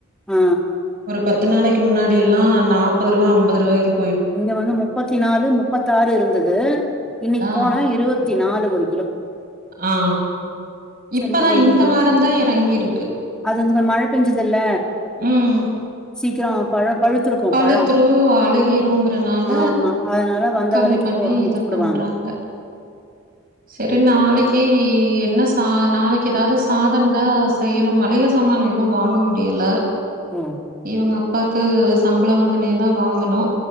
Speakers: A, in the centre; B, on the right (about 40°).
A: ஆ
B: பத்து நாளைக்கு முன்னாடி எல்லா நாப்பது ரூவா அம்பது ரூவாய்க்கு
A: இங்க வந்து முப்பத்தி நாலு முப்பத்தாறு இருந்தது இன்னிக்
B: ஆ
A: போன இருவத்தி நாலு ஒரு கிலோ
B: ஆ இப்பதா
A: சரியா ஒரு
B: இந்த
A: கிலோ
B: வாரந்தா எறங்கிருக்கு
A: அது வந்து கொஞ்ச மழ பெஞ்சதுல்ல
B: ம்
A: சீக்கிரோ பழ பழுத்திருக்கு
B: பழுத்ரூ
A: பழோ
B: அழுகிருங்க தனால
A: ஆமா அதனால வந்த
B: கம்மி
A: வெலைக்கு
B: பண்ணி
A: போறோ வித்துப்புடுவாங்க
B: இது பண்றாங்க செரி நாளைக்கி என்ன பா நாளைக்கி எதாது சாதந்தா செய்யனு மளிக சாமான்ன எதுவு வாங்க முடியல
A: ம்
B: இவங்க அப்பாக்கு சம்பளோ வந்தொனே தா வாங்கனு